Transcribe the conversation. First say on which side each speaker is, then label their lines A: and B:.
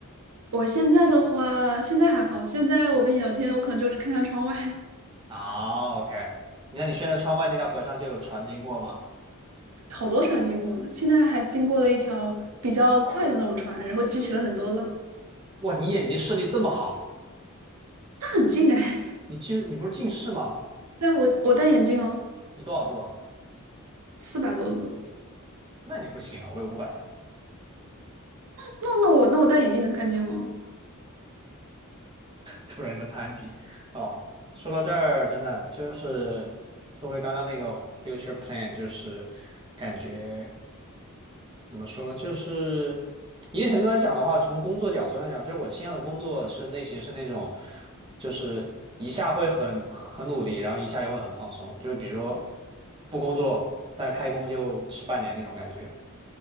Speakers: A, on the right; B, on the right.
A: 我现在的话，现在还好，现在我跟你聊天，我可能就看看窗外，
B: 哦，OK，你看你现在窗外那条河上就有船经过吗？
A: <laughs> 好多船经过呢。现在还经过了一条比较快的那种船，然后激起了很多浪，
B: 哇，你眼睛视力这么好，
A: 它很近哎。
B: 你近你不是近视吗？
A: <laughs> 对啊，我我戴眼镜哦，
B: 你多少度啊？
A: 四百多度。
B: 那你不行啊，我有五百万，
A: 那那我那我戴眼镜能看见哦。
B: 突然的攀比哦。说到这儿，真的就是说回刚刚那个 future plan，就是感觉怎么说，就是一定程度来讲的话，从工作角度上讲，就是我倾向的工作是类型是那种，就是一下会很很努力，然后一下又会很放松，就是比如说不工作，但是开工就吃半年那种感觉。